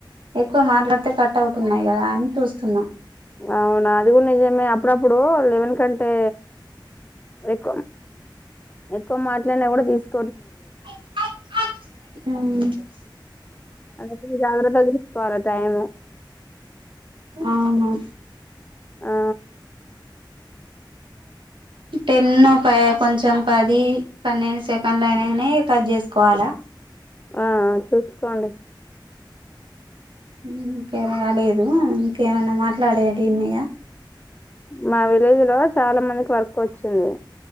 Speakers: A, on the right (about 85°); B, on the left (about 20°).
A: ఎక్కువ మాట్లాడితే కట్ అవుతున్నాయి కదా అని చూ సున్నా
B: అవునా అది కూడా నిజమే అప్పుడప్పుడు లెవెన్ కంటే ఎక్కువ ఎక్కువ మాట్లాడినా కూడా తీసుకు
A: ఆవు
B: అంట జాగ్రత్తలు తీసుకోాల టైము
A: అవును
B: ఆ
A: టెన్ పై కొంచెం పది పన్నెండు సెకండ్లు అయినానే కట్ చేసుకోవాలా
B: ఆ చూసుకోండి
A: ఇంకే రాలేదు ఇంకేమైనా మాట్లాడే న్నగా
B: మా విలేజ్ లో చాలా మందికి వర్క్ వచ్చింది